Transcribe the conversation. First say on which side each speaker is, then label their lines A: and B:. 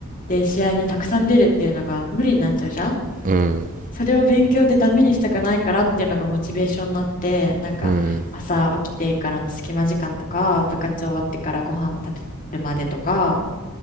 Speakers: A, on the left (about 40°); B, on the right (about 35°).
A: で試合にたくさん出るっていうのが無理になっちゃうじゃん。
B: うん。うん
A: それを勉強でダメにしたくないからっていうのがモチベーションになって、なんか朝起きてからの隙間時間とか、
B: うん。
A: 部活終わってからご飯食べるまでとか、